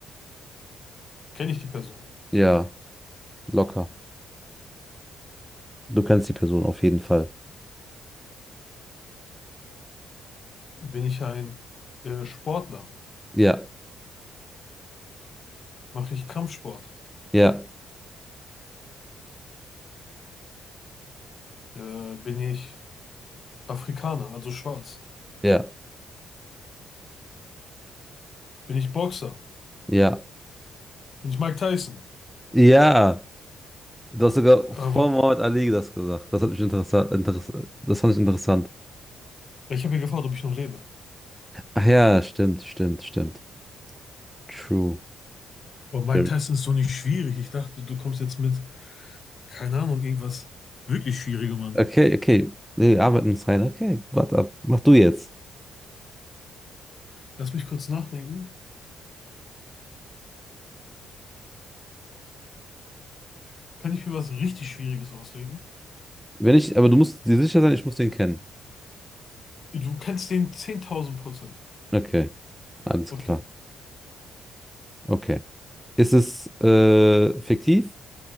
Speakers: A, on the left (about 45°); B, in the centre.
A: Kenne ich die Person?
B: Ja. Locker. Du kennst die Person auf jeden Fall.
A: Bin ich ein äh, Sportler?
B: Ja.
A: Mache ich Kampfsport?
B: Ja.
A: Äh, bin ich Afrikaner, also schwarz?
B: Ja.
A: Bin ich Boxer?
B: Ja.
A: Bin ich Mike Tyson?
B: Ja. Du hast sogar
A: Aber
B: vor Muhammad Ali das gesagt. Das hat mich interessant, interess das fand ich interessant.
A: ich habe ja gefragt, ob ich noch lebe.
B: Ach ja, stimmt, stimmt, stimmt. True.
A: Boah, Mike
B: Stimmt.
A: Tyson ist so nicht schwierig. Ich dachte, du kommst jetzt mit, keine Ahnung, irgendwas wirklich Schwierigem an.
B: Okay, okay. Nee, arbeiten uns rein. Okay, warte ab. Mach du jetzt.
A: Lass mich kurz nachdenken. Kann ich mir was richtig Schwieriges ausdenken?
B: Wenn ich, aber du musst dir sicher sein, ich muss den kennen.
A: Du kennst den 10.000 Prozent.
B: Okay, alles
A: Okay.
B: klar. Okay. Ist es äh, fiktiv?